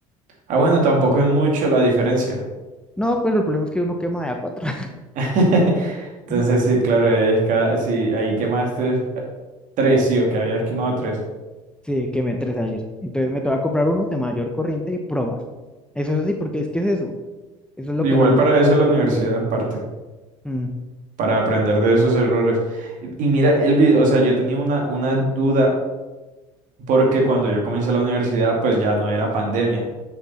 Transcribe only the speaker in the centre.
No, pero el problema es que uno quema de a cuatro
<laughs>
Sí, quemé tres ayer. Entonces me toca comprar uno de mayor corriente y probar. Eso es así, porque es que es eso. Eso es lo
que no me
hubiera
permitido.
Mm,